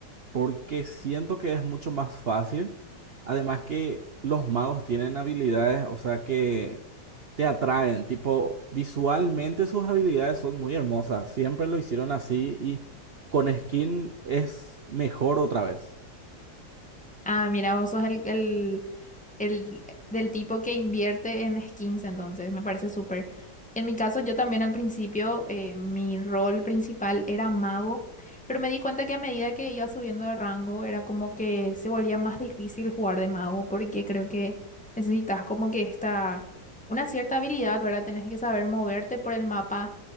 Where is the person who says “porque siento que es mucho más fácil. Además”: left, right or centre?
Right